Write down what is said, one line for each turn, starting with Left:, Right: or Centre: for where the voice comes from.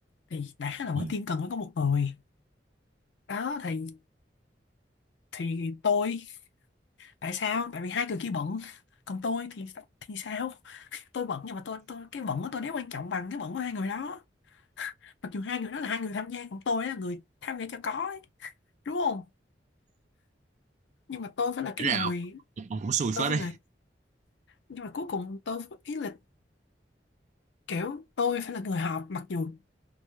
Left: thì đã là mỗi
Right: ừ.
Left: team cần phải có một người đó thì thì tôi tại sao tại vì hai người kia bận còn tôi thì thì sao tôi bận nhưng mà tôi tôi cái bận của tôi nếu quan trọng bằng cái bận của hai người đó mặc dù hai người đó là hai người tham gia còn tôi là người tham gia cho có ấy, đúng không nhưng mà tôi phải là cái
Right: Để ra
Left: người
Right: ông cũng xui
Left: tôi
Right: phết
Left: phải
Right: đi
Left: là nhưng mà cuối cùng tôi ý là kiểu tôi phải là người họp mặc dù